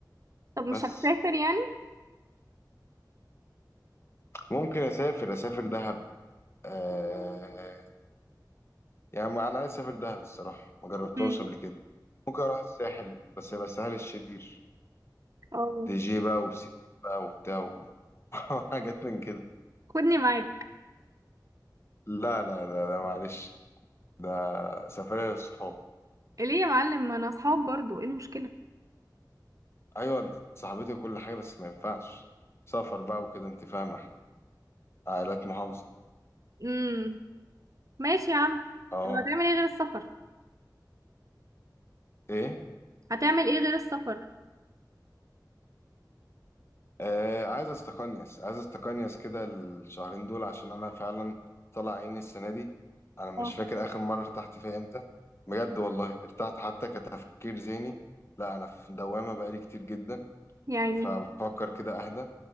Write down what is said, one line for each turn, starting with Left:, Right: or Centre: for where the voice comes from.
Right: طب مش
Left: بس
Right: هتسافر يعني
Left: ممكن اسافر اسافر دهب آه يعني انا عايز اسافر دهب الصراحه ما جربتهاش
Right: امم
Left: قبل كده ممكن اروح الساحل بس يبقى الساحل الشرير
Right: اه
Left: دي جي بقى وبسينات بقى وبتاع و- <laughs> وحاجات من كده
Right: خدني معاك
Left: لا لا لا, لا معلش ده سفرية للصحاب
Right: ليه يا معلم ما انا اصحاب برضو ايه المشكلة
Left: ايوه انت صاحبتي وكل حاجه بس ما ينفعش سفر بقى وكده انت فاهمه احنا عائلات محافظه
Right: مم. ماشي يا عم
Left: اه
Right: طب هتعمل ايه غير السفر
Left: ايه
Right: هتعمل ايه غير السفر
Left: آه عايز استقنيس عايز استقنيس كده الشهرين دول عشان انا فعلا طلع عيني السنه دي انا مش
Right: اه
Left: فاكر اخر مره ارتحت فيها امتى بجد والله ارتحت حتى كتفكير ذهني لا انا في دوامه بقالي كتير جدا
Right: يعني
Left: فبفكر كده اهدى